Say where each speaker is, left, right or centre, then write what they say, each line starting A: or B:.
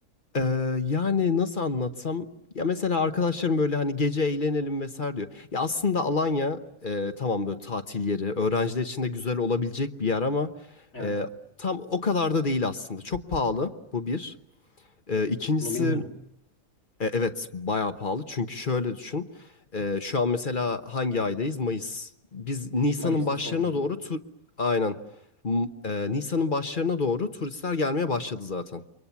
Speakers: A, on the left; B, on the left.
A: Ee, yani nasıl anlatsam ya mesela arkadaşlarım böyle hani gece eğlenelim vesaire diyor. Ya aslında Alanya e, tamam böyle tatil yeri öğrenciler için de güzel olabilecek bir yer ama
B: Evet.
A: e, tam o kadar da değil aslında. Çok pahalı bu bir. E, ikincisi
B: Bunu bilmiyordum.
A: e, evet bayağı pahalı çünkü şöyle düşün. E, şu an mesela hangi aydayız? Mayıs. Biz Nisan'ın
B: Mayıs'ın
A: başlarına
B: sonunda.
A: doğru tu- aynen M- e, Nisan'ın başlarına doğru turistler gelmeye başladı zaten.